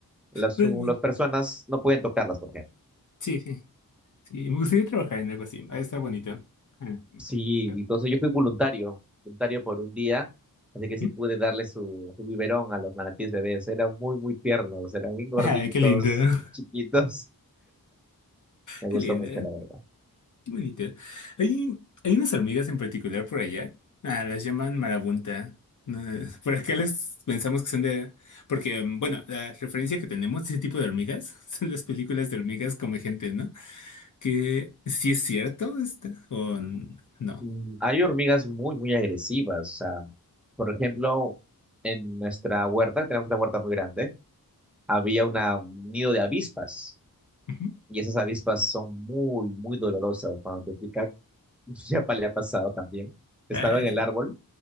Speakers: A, in the centre; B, on the left (about 55°).
A: Las, su-
B: Órale.
A: las personas no pueden tocarlas, por ejemplo.
B: Sí, sí. Sí, me gustaría trabajar en algo así. Ha de estar bonito. Ah,
A: Sí,
B: claro.
A: entonces yo fui voluntario, voluntario por un día, así que sí
B: Ujú.
A: pude darle su, su biberón a los manatíes bebés. Eran muy, muy tiernos, eran muy gorditos,
B: <laughs> Ay, qué lindo. <laughs>
A: chiquitos. Me
B: Qué
A: gustó
B: lindo
A: mucho, la verdad.
B: Qué bonito. Hay, hay unas hormigas en particular por allá. Ah, las llaman marabunta. No, <laughs> por acá las pensamos que son de... Porque, mm, bueno, la referencia que tenemos de ese tipo de hormigas <laughs> son las películas de hormigas come gente, ¿no? Que sí es cierto esta, o n- no.
A: Mm, Hay hormigas muy, muy agresivas. O sea, por ejemplo, en nuestra huerta, tenemos una huerta muy grande, había una- un nido de avispas.
B: Ujú.
A: Y esas avispas son muy, muy dolorosas cuando te pican. <laughs> Ya le ha pasado también. Estaba
B: Ay.
A: en el árbol